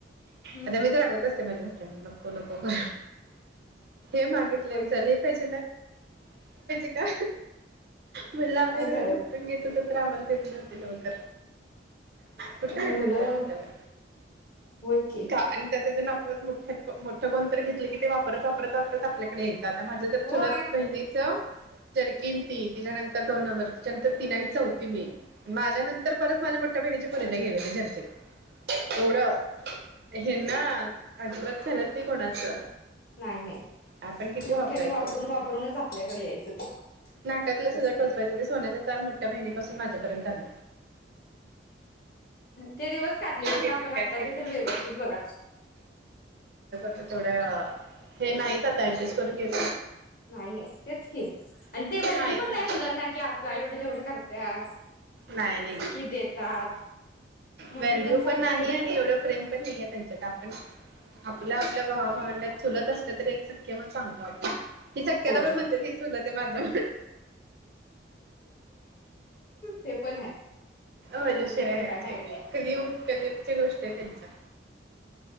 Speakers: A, on the left (about 50°); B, on the right (about 55°).
A: हम्म
B: आता
A: हम्म
B: मीच रागवत असते माझ्या मिस्टरांना. <unintelligible> <inaudible> सांगितलंय,
A: होय
B: चल येतयस. <unintelligible> का म्हणल आम्ही
A: काय
B: रडून
A: करायचं
B: उपटून घेतो तर <unintelligible> <unintelligible> कुठे येत
A: मुलं
B: ते आपल्याला
A: होय की
B: त्या आण त्या. त्याज न आपल्यात <unintelligible> मोठं मोठं कोण तर घेतलं की ते वापरत वापरत <unintelligible> आता माझ्या तर
A: होय
B: चुलत बहिणीचं जर किंती तिच्यानंतर दोन नंबर तिच्यानंतर तीन आणि चौथ कीं मीं माझ्या नंतर परत माझ्या मोठ्या बहिणी <unintelligible> एवढं हेन्ना अजिबात झालत नाही कोणाचं.
A: नाही नाही.
B: आपण किती
A: मोठ्यानी
B: वापरायचं
A: वापरून
B: एकमेकांना
A: वापरूनच आपल्याकडे यायचं. <unintelligible>
B: नाकातलं सुद्धा
A: वस्तू
B: टोचवायच्या ते सोन्याच्या तार मोठ त्या बहिणी पासून माझ्यापर्यंत आले.
A: ते दिवस काढले म्हणा
B: घेतात
A: पण आत्ताचे
B: कायच घेत नाही.
A: तर व्यवस्थित बघा.
B: तो तेवढा हे नाहीत का आता ऍडजस्ट करून घेत.
A: नाही नाही. तेच की आणि ते व्हॅल्यू
B: नाहीच
A: पण
B: ह्याच्यात.
A: नाही मुलांना की आपला एवढे एवढं करतात.
B: नाही नाही
A: कि देतात मोठी
B: व्हॅल्यू
A: सारखीच
B: पण नाही आणि एवढं प्रेम पण नाही आहे त्यांच्यात आपण. आपल्या आपल्या भावा -भावंडात चुलत असलं तरी एक सक्खे म्हणून सांगतो आपण. ही सख्याला
A: होय
B: पण म्हणते ही चुलत आहे माझ्या
A: ते पण हाय,
B: मजेशीर
A: आधी सारखं
B: आहे
A: काय राहिलं नाही
B: कलियुग, कलियुगच्या गोष्टी आहेत त्यांच्या.